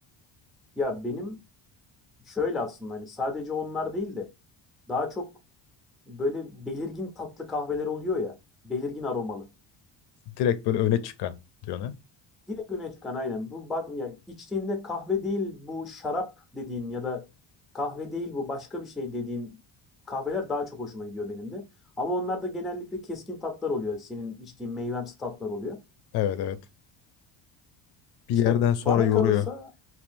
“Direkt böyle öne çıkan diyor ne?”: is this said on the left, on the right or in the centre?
Left